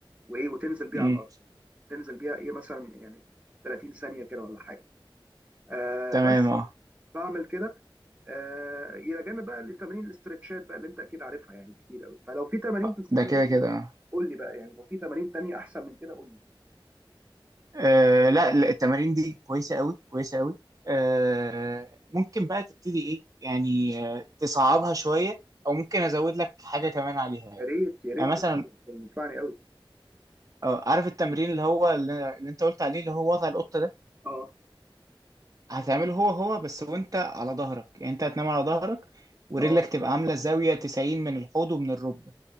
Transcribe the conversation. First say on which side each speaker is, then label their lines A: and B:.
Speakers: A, on the right; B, on the right.
A: وايه وتنزل بيها
B: امم
A: على الارض تنزل بيها ايه مثلا يعني 30 ثانيه كده ولا حاجه آه
B: تمام
A: بس
B: اه
A: بعمل كده آه الى جانب بقى لتمارين الاسترتشات بقى اللي انت اكيد عارفها يعني كتير قوي فلو في تمارين
B: آه،
A: تنصحني
B: ده كده
A: بيها
B: كده اه
A: قول لي بقى يعني لو في تمارين تانية احسن من كده قول لي
B: آه، لا لا، التمارين دي كويسه قوي كويسه قوي آه ممكن بقى تبتدي ايه يعني آه، تصعبها شويه او ممكن ازود لك حاجه كمان عليها يعني
A: يا ريت يا ريت
B: يعني مثلا
A: تنفعني قوي
B: آه، عارف التمرين اللي هو اللي اللي انت قلت عليه اللي هو وضع القطه ده
A: اه
B: هتعمله هو هو بس وانت على ظهرك يعني انت هتنام على ظهرك ورجلك
A: اه
B: تبقى عاملة زاوية 90 من الحوض ومن الركبة